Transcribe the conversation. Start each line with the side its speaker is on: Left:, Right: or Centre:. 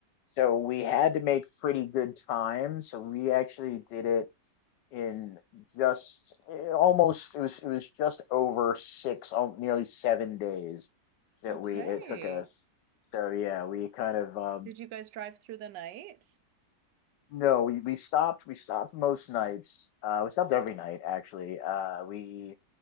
Left: so we had to make pretty good time. So we actually did it in just eh, almost it was it was just over six, al- nearly seven days that
Right: okay.
Left: we it took us. So yeah, we kind of um
Right: Did you guys drive through the night?
Left: no, we we stopped we stopped most nights. Uh we stopped every night actually. Uh we